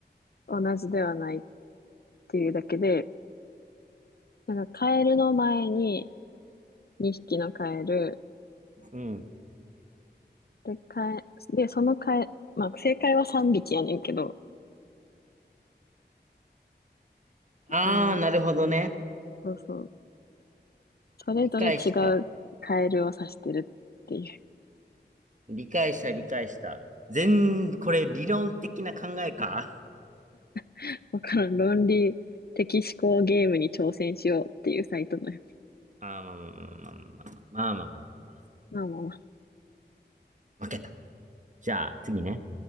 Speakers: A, on the left; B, on the right.
A: 同じではないっていうだけで、なんかカエルの前に2匹のカエル、
B: うん。
A: で、カエ、で、そのカエ、まあ、正解は3匹やねんけど、
B: あーなるほどね。
A: あの、そうそう。それぞれ違うカエルを指してるっていう。
B: 理解した。理解した、理解した。全、これ理論的な考えか。
A: <laughs> わからん。論理的思考ゲームに挑戦しようっていうサイトのやつ。
B: あーまあまあまあまあまあまあまあまあま
A: まあまあまあ。
B: あ。負けた。じゃあ、次ね。